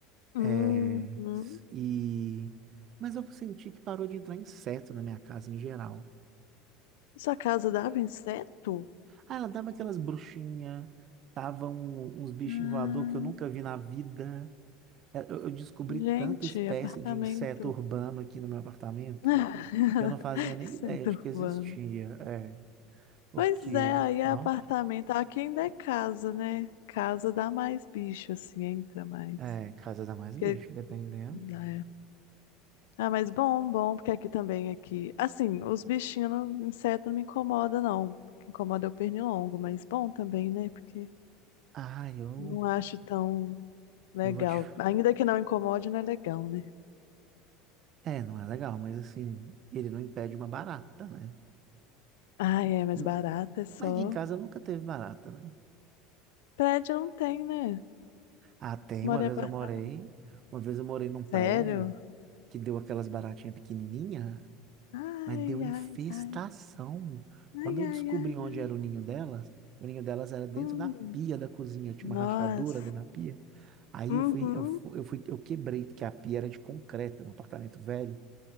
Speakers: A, on the left; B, on the right.
A: Uhum.
B: É, s- e... Mas eu senti que parou de entrar inseto na minha casa em geral.
A: Sua casa dava inseto?
B: Ah, ela dava aquelas bruxinhas, tava um- uns bichinhos
A: Ah.
B: voador que eu nunca vi na vida. É, Eu eu descobri tanta
A: Gente,
B: espécie
A: apartamento.
B: de inseto urbano aqui no meu apartamento.
A: <laughs>
B: que eu não fazia nem ideia
A: Centro
B: de que existia.
A: urbano.
B: É, porque,
A: Pois é, aí é
B: não,
A: apartamento. Aqui ainda é casa, né? Casa dá mais bicho, assim, entra mais.
B: é, casa dá mais
A: Porque-
B: bicho, dependendo.
A: é. Ah, mas bom, bom, porque aqui também, aqui. Assim, os bichinhos, não- inseto não me incomoda, não. O que incomoda é o pernilongo, mas bom também, né? Porque
B: Ah, eu,
A: não acho tão legal.
B: eu vou te.
A: Ainda que não incomode, não é legal, né?
B: É, não é legal, mas assim, ele não impede uma barata, né?
A: Ah, é, mas
B: N-
A: barata é só.
B: Mas aqui em casa nunca teve barata, né?
A: Prédio não tem, né?
B: Ah, tem,
A: Você mora
B: uma vez
A: em apartamento.
B: eu morei, uma vez eu morei num prédio
A: Sério?
B: que deu aquelas baratinhas pequenininhas.
A: Ai,
B: Mas deu infestação.
A: ai, ai.
B: Quando
A: Ai,
B: eu descobri
A: ai, ai.
B: onde
A: ai.
B: era o ninho delas, o ninho delas era dentro
A: Hum,
B: da pia da cozinha, tinha
A: nossa.
B: uma rachadura dentro da pia. Aí
A: Uhum.
B: eu fui, eu fui, eu fui, eu quebrei, porque a pia era de concreto, no apartamento velho.